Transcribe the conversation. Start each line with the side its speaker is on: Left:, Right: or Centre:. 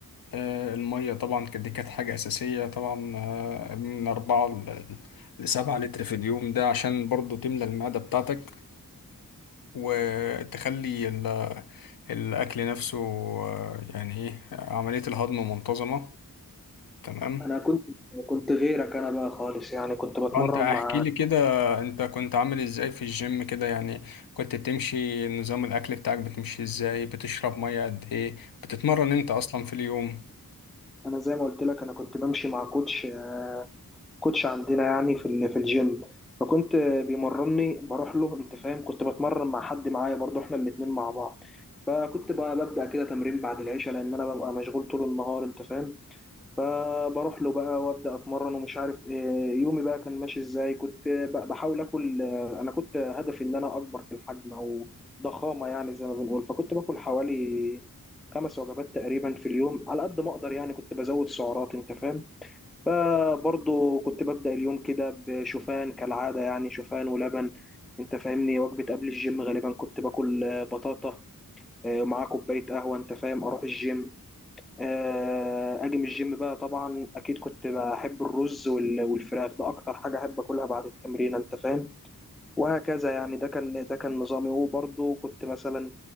Left: آه، المية طبعا كانت- دي كانت حاجة اساسية طبعا آه، من اربعة ل- لسبعة لتر في اليوم ده عشان برضو تملى المعدة بتاعتك وتخلي ال- الأكل نفسه آه، يعني إيه عملية الهضم منتظمة تمام
Centre: انا كنت كنت غيرك انا بقى خالص يعني كنت بتمرن
Left: آه، أنت احكي
Centre: مع
Left: لي كده أنت كنت عامل إزاي في الجيم كده يعني كنت بتمشي نظام الأكل بتاعك بتمشي إزاي بتشرب مية قد إيه بتتمرن أنت أصلا في اليوم
Centre: انا زي ما قلت لك انا كنت بمشي مع كوتش آه، كوتش عندنا يعني في ال- في الجيم فكنت بيمرني بروح له انت فاهم كنت بتمرن مع حد معايا برضه احنا الاتنين مع بعض فكنت بقى ببدأ كده تمرين بعد العشاء لأن أنا ببقى مشغول طول النهار أنت فاهم فبروح له بقى وأبدأ أتمرن ومش عارف إيه، يومي بقى كان ماشي إزاي كنت ب- بحاول آكل آه، أنا كنت هدفي إن أنا أكبر في الحجم أو ضخامة يعني زي ما بنقول فكنت باكل حوالي خمس وجبات تقريبا في اليوم على قد ما أقدر يعني كنت بزود سعرات أنت فاهم فبرضه كنت ببدأ اليوم كده بشوفان كالعادة يعني شوفان ولبن انت فاهمني وجبة قبل الجيم غالبا كنت باكل آه، بطاطا آه، مع كوباية قهوة انت فاهم اروح الجيم آه، اجي من الجيم بقى طبعا اكيد كنت بحب الرز وال- والفراخ ده اكتر حاجة احب اكلها بعد التمرين انت فاهم وهكذا يعني ده كان ده كان نظامي وبرضه كنت مثلا